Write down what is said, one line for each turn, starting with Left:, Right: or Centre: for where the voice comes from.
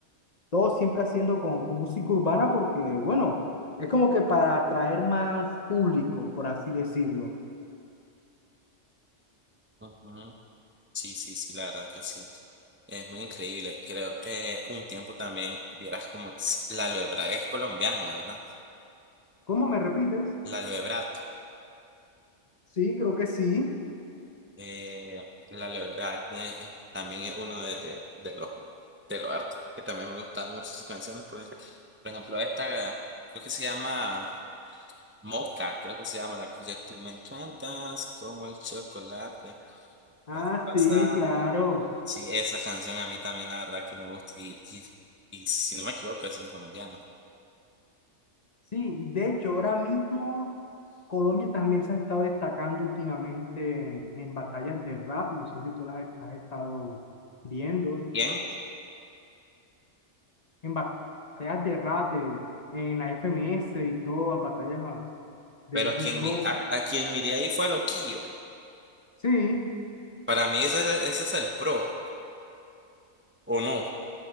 Left: Todo siempre haciendo con, con música urbana porque, bueno, es como que para atraer más público, por así decirlo.
Right: Ujú. Sí, sí, sí, la verdad que sí. Es muy increíble. Creo que un tiempo también vieras como sí, la aloe vera es colombiano, ¿verdad?
Left: ¿Cómo me repites?
Right: La aloe vera,
Left: Sí, creo que sí.
Right: eh, la aloe vera, eh, también es uno de, de- de los de los artistas que también me gustaban mucho sus canciones. Por, ej- por ejemplo, esta creo que se llama Moca, creo que se llama la que dice, tú me encantas como el chocolate,
Left: Ah,
Right: la taza".
Left: sí, claro.
Right: Sí, esa canción a mí también la verdad que me gusta y, y, y si no me equivoco es un colombiano.
Left: Sí, de hecho, ahora mismo... Colombia también se ha estado destacando últimamente en, en batallas de rap, no sé si tú las has estado viendo,
Right: Bien,
Left: en batallas de rap de, en la FMS y todas, las batallas ah, de
Right: pero a quien,
Left: hip hop.
Right: mi- a, a quien miré ahí fue a Loquillo.
Left: Sí,
Right: Para mí ese es, el- ese es el pro, ¿o no?